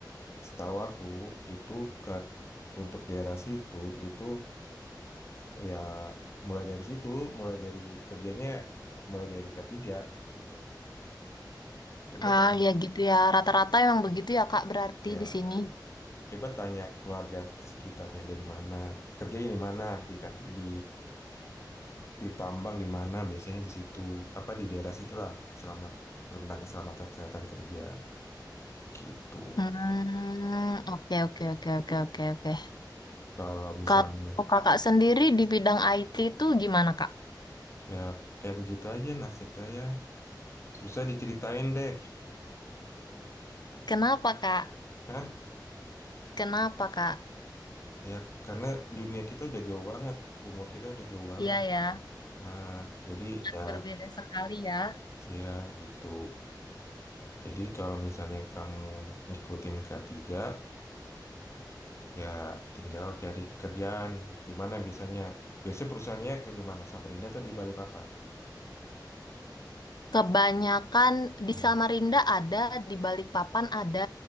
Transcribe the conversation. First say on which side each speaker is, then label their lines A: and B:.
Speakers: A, on the left; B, on the left.
A: setahu aku itu ke, untuk daerah situ itu ya mulai dari situ, mulai dari kerjanya, eh, mulai dari k tiga gitu. Coba
B: ah
A: kalau
B: ya gitu ya. Rata-rata emang begitu ya Kak berarti
A: ya
B: di sini.
A: Coba tanya keluarga sekitarnya dari mana, kerjanya di mana, di, kat- di ditambang di mana, biasanya di situ, apa di daerah situlah selamat tentang keselamatan kesehatan kerja gitu.
B: Hmm, oke oke oke oke oke oke.
A: Kalau misalnya
B: Kalau kakak sendiri di bidang IT itu gimana kak?
A: ya kayak begitu aja nasib saya. Susah diceritain deh.
B: Kenapa kak?
A: nah
B: Kenapa kak?
A: Ya karena dunia kita udah jauh banget, umur kita udah jauh banget.
B: Iya ya,
A: Nah, jadi ya
B: berbeda sekali ya.
A: ya gitu. Jadi kalau misalnya kamu ngikutin k tiga Ya, tinggal cari kerjaan di mana biasanya. Biasanya perusahaannya ke di mana? Samarinda atau di Balikpapan?
B: Kebanyakan di
A: Hmm.
B: Samarinda ada, di Balikpapan ada,